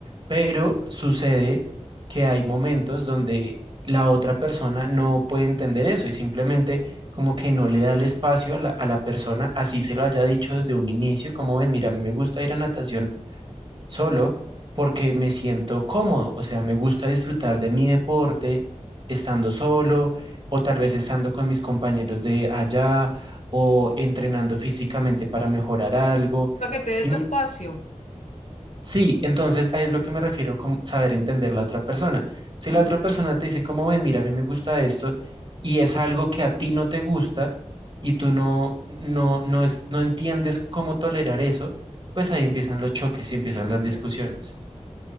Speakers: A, on the right; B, on the left.
A: Pero sucede que hay momentos donde la otra persona no puede entender eso y simplemente como que no le da el espacio a la, a la persona, así se lo haya dicho desde un inicio, como ven, mira, a mí me gusta ir a natación solo porque me siento cómodo, o sea, me gusta disfrutar de mi deporte estando solo o tal vez estando con mis compañeros de allá o entrenando físicamente para mejorar algo.
B: Para que te dé
A: Y
B: tu
A: me-
B: espacio.
A: sí, entonces ahí es lo que me refiero con saber entender la otra persona. Si
B: Mm,
A: la otra persona te dice, como ven, mira, a mí me gusta esto y es algo que a ti no te gusta y tú no, no, no, es, no entiendes cómo tolerar eso, pues ahí empiezan los choques y empiezan
B: Empiezo
A: las discusiones.
B: a hablar.